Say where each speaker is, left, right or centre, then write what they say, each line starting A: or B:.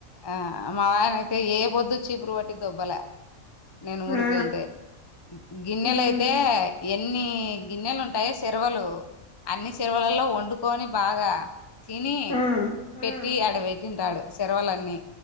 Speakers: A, on the left (about 25°); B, on the left (about 80°).
A: ఆ మా ఆయన అయితే ఏ పొద్దు చీపురు పట్టి దొబ్బలే నేను ఊరికి
B: ఆ
A: ఎళ్తే గిన్నెలయితే
B: ఉమ్
A: కొన్ని గిన్నెలు ఉంటాయా సర్వలు అన్ని సర్వలలో వండుకొని బాగా తిని
B: ఆ
A: పెట్టి
B: ఆ
A: అడ పెట్టింటాడు సర్వలన్నీ